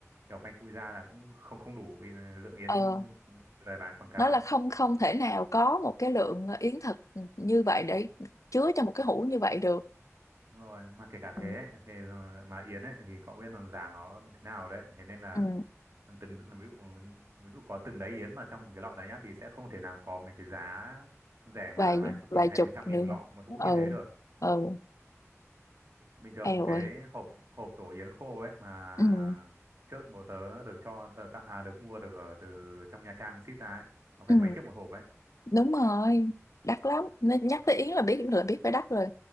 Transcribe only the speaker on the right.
kiểu phanh phui ra là cũng không không đủ ừ, lượng yến
như lời bà ấy quảng cáo.
Đúng rồi mà kể cả
thế ấy, thì mà Yến ấy thì cậu biết là giá nó thế nào đấy thế nên là
từng ví dụ ví dụ có từng đấy Yến mà trong một cái lọ đấy nhá thì sẽ không thể nào có mấy cái giá rẻ
mà vài chục
nghìn hay
một trăm
nghìn một lọ một hũ
như thế được
bình thường
một cái
hộp hộp tổ Yến khô ấy mà
trước bố tớ được cho tớ, tặng- à được mua được ở từ trong Nha Trang ship ra ấy nó phải
mấy triệu một hộp ấy